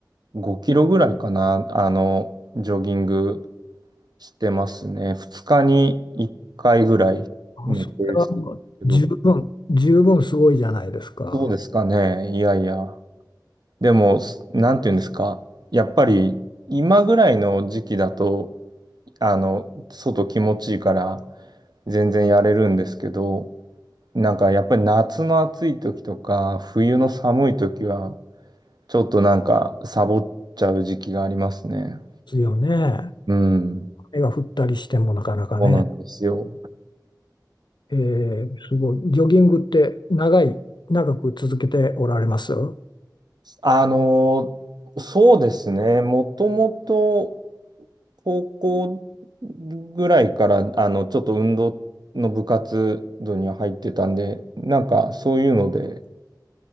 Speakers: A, on the right; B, on the left.
A: 5キロぐらいかな、あの、ジョギングしてますね。2日に1回ぐらいのペースですけど、
B: あ、それはもう十分、十分すごいじゃないですか。
A: そうですかね。いやいや。でも、すなんていうんですか。やっぱり今ぐらいの時期だと、あの、外気持ちいいから全然やれるんですけど、なんかやっぱり夏の暑い時とか冬の寒い時はちょっとなんかサボっちゃう時期がありますね。
B: ですよね。
A: うん。
B: 雨が降ったりしてもなかなかね。
A: そうなんですよ。
B: えー、すごい。ジョギングって長い、長く続けておられますあ
A: あのーそうですね。もともと高校ぐらいからあのちょっと運動の部活動には入ってたんで、なんかそういうので